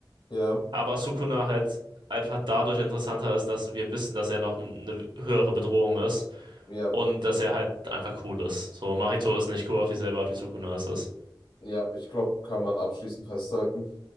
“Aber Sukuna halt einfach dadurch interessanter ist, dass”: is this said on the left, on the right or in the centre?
Right